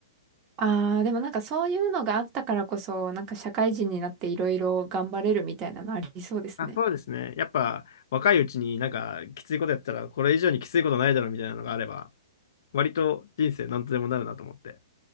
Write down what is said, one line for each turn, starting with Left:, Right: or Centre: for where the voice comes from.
Right: ああ、でもなんかそういうのがあったからこそ、なんか社会人になっていろいろ頑張れるみたいなのありそうですね。
Left: あ、そうですね。やっぱ若いうちになんかきついことやったらこれ以上にきついことないだろうみたいなのがあれば、割と人生なんとでもなるなと思って。